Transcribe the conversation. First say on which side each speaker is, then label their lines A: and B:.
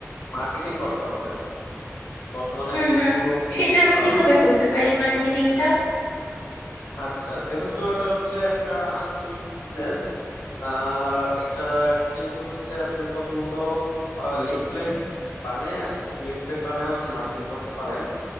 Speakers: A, on the left; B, on the left.
A: মার্কেটিং করতে হবে বর্তমানে
B: হুম
A: কিন্তু
B: হুম সেটা আমি
A: আহ,
B: কিভাবে করতে পারি মার্কেটিংটা
A: আচ্ছা যেহেতু এটা হচ্ছে একটা আঞ্চলিক বিজনেস আহ এটা কিন্তু হচ্ছে আপনি প্রথমত লিফলেট বানিয়ে কিছু লিফলেট বানিয়ে হচ্ছে মার্কেটিং করতে পারেন